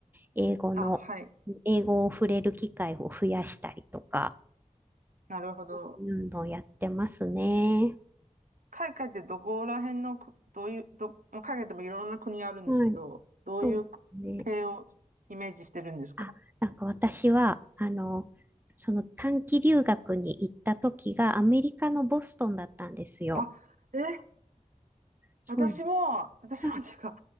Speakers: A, on the right (about 15°); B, on the right (about 85°).
A: 英語の、
B: あ、はい。
A: 英語を触れる機会を増やしたりとか、
B: なるほど。
A: そういうのをやってますね。
B: 海外ってどこら辺のく、どういう、ど、まあ海外でもいろんな国あるんですけど、
A: はい、
B: どういう
A: そうね。
B: 系をイメージしてるんですか
A: あ、なんか私は、あの、その短期留学に行った時がアメリカのボストンだったんですよ。
B: あ、え、
A: そう。
B: 私も、私もっていうか、
A: はい。